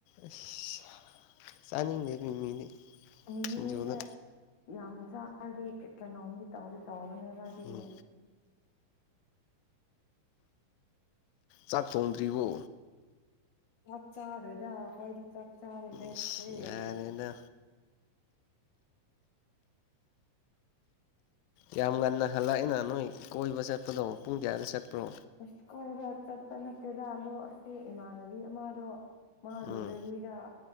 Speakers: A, on the left; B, on the left.
A: ꯑꯁ ꯆꯥꯅꯤꯡꯗꯦ ꯃꯤꯃꯤꯗꯤ
B: ꯃꯤꯃꯤꯁꯦ
A: ꯁꯤꯡꯖꯨꯗ
B: ꯌꯥꯝ ꯆꯔꯗꯤ ꯀꯩꯅꯣꯝꯗꯤ ꯇꯧꯗꯤ ꯇꯧꯕꯅꯦꯕ ꯑꯗꯨꯒꯤ
A: ꯎꯝ ꯆꯥꯛ ꯊꯣꯡꯗ꯭ꯔꯤꯕꯣ
B: ꯆꯥꯛ ꯆꯥꯥꯔꯣꯏꯗ ꯑꯈꯣꯏꯗꯤ ꯆꯥꯛ ꯆꯥꯥꯕ ꯂꯦꯞꯈ꯭ꯔꯦ
A: ꯑꯁ ꯌꯥꯔꯦꯗ ꯌꯥꯝ ꯉꯟꯅ ꯍꯜꯂꯛꯑꯦꯅ ꯅꯣꯏ ꯀꯣꯏꯕ ꯆꯠꯄꯗꯣ ꯄꯨꯡ ꯒ꯭ꯌꯥꯟ ꯆꯠꯄ꯭ꯔꯣ
B: ꯑꯁ ꯀꯣꯏꯕ ꯆꯠꯄ ꯅꯠꯇꯦꯗ ꯑꯗꯣ ꯑꯁꯤ ꯏꯃꯥꯟꯅꯕꯤ ꯑꯃꯗꯣ ꯃꯥ ꯂꯦꯕ꯭ꯔꯦꯔꯤꯗ
A: ꯎꯝ